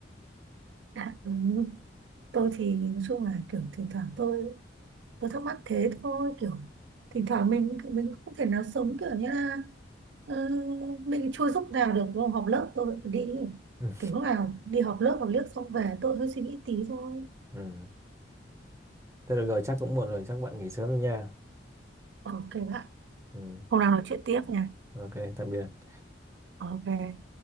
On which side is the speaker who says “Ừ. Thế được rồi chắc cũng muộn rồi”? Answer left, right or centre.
Right